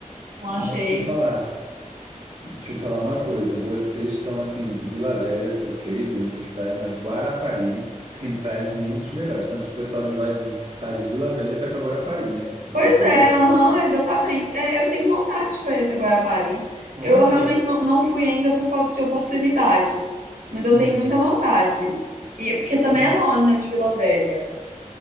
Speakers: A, on the right (about 90°); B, on the right (about 50°).
A: Não achei.
B: Ó, te falar, te falar uma coisa, vocês estão assim, Vila Velha, tá ok, bonitas praias, mas Guarapari tem praias muito melhores, tanto que o pessoal de, vai, de, sai de Vila Velha para ir para Guarapari, né? Vitória
A: Pois é,
B: para ir
A: aham,
B: para Guarapari.
A: exatamente. É, eu tenho vontade de conhecer Guarapari.
B: Nossa,
A: Eu realmente não, não fui ainda por falta de oportunidade, mas eu
B: uhum.
A: tenho muita vontade. E é porque também
B: Não,
A: é longe, né, de Vila Velha,